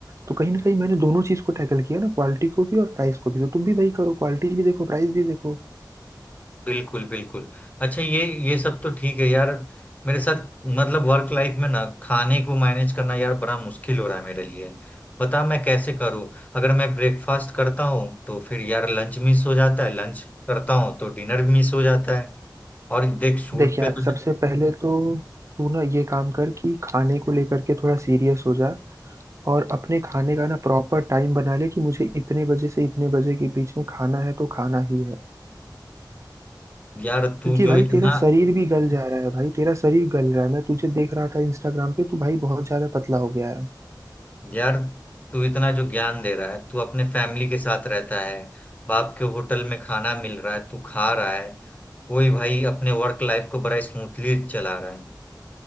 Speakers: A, on the right; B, on the left.
A: तो कहीं ना कहीं मैंने दोनों चीज को टैकल किया ना क्वालिटी को भी और प्राइस को भी तो तुम भी वही करो क्वालिटी भी देखो प्राइस भी देखो
B: बिल्कुल बिल्कुल अच्छा ये ये सब तो ठीक है यार मेरे साथ मतलब वर्क लाइफ में ना खाने को मैनेज करना यार बड़ा मुश्किल हो रहा है मेरे लिए पता मैं कैसे करूं अगर मैं ब्रेकफास्ट करता हूँ तो फिर यार लंच मिस हो जाता है लंच करता हूँ तो डिनर भी मिस हो जाता है और देख शूट
A: देख यार
B: पे तो
A: सबसे
B: जब-
A: पहले तो तू ना ये काम कर कि खाने को लेकर के थोड़ा सीरियस हो जा और अपने खाने का ना प्रॉपर टाइम बना ले कि मुझे इतने बजे से इतने बजे के बीच में खाना है तो खाना ही है
B: यार तू
A: क्योंकि भाई
B: जो इतना
A: तेरा शरीर भी गल जा रहा है भाई तेरा शरीर गल रहा है मैं तुझे देख रहा था इंस्टाग्राम पे तू भाई बहुत ज्यादा पतला हो गया है
B: यार तू इतना जो ज्ञान दे रहा है तू अपने फैमिली के साथ रहता है बाप के होटल में खाना मिल रहा है तू खा रहा है कोई भाई अपने वर्क लाइफ को बड़ा स्मूथली चला रहा है